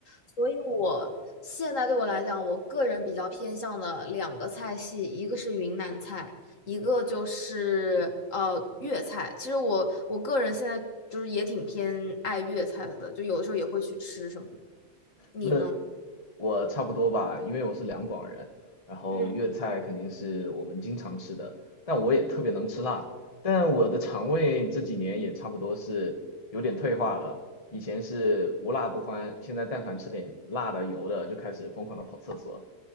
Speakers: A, on the left (about 70°); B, on the left (about 25°).
A: 所以我现在对我来讲，我个人比较偏向的两个菜系，一个是云南菜，一个就是呃粤菜。其实我我个人现在就是也挺偏爱粤菜的，就有的时候也会去吃什么的你呢？
B: 那我差不多吧，因为我是两广人，然后粤菜肯定是我们经常吃的，
A: 嗯
B: 但我也特别能吃辣，但我的肠胃这几年也差不多是有点退化了，以前是无辣不欢，现在但凡吃点辣的、油的就开始疯狂的跑厕所。